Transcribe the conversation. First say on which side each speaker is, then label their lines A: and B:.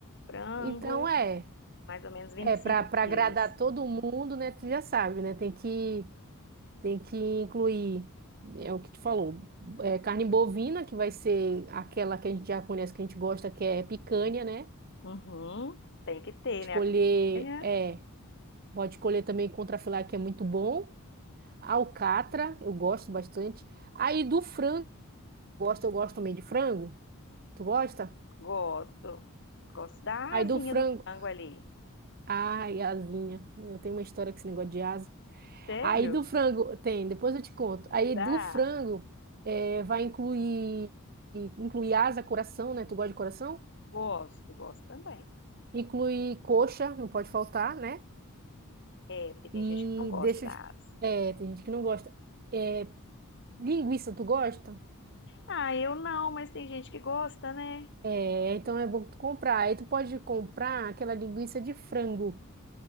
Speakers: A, on the left; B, on the right.
A: Frango,
B: Então, é,
A: mais ou menos 25
B: é para para
A: quilos.
B: agradar todo mundo, né? Tu já sabe, né? Tem que, tem que incluir, é o que tu falou, é, carne bovina, que vai ser aquela que a gente já conhece, que a gente gosta, que é picanha, né?
A: Uhum, tem que ter,
B: Escolher,
A: né? A picanha,
B: é, pode escolher também contrafilé, que é muito bom. Alcatra, eu gosto bastante. Aí do frango, gosto, eu gosto também de frango. Tu gosta?
A: gosto. Gosto da
B: Aí
A: asinha
B: do frango,
A: do frango ali.
B: ai, asinha. Eu tenho uma história com esse negócio de asa.
A: Sério?
B: Aí do frango, tem, depois eu te conto. Aí
A: Tá.
B: do frango, é, vai incluir, incluir asa, coração, né? Tu gosta de coração?
A: Gosto, gosto também.
B: Inclui coxa, não pode faltar, né?
A: É, porque tem
B: E
A: gente que não gosta
B: deixa
A: da
B: eu te...
A: asa.
B: É, tem gente que não gosta. É, linguiça, tu gosta?
A: Ah, eu não, mas tem gente que gosta, né?
B: É, então é bom tu comprar. Aí tu pode comprar aquela linguiça de frango,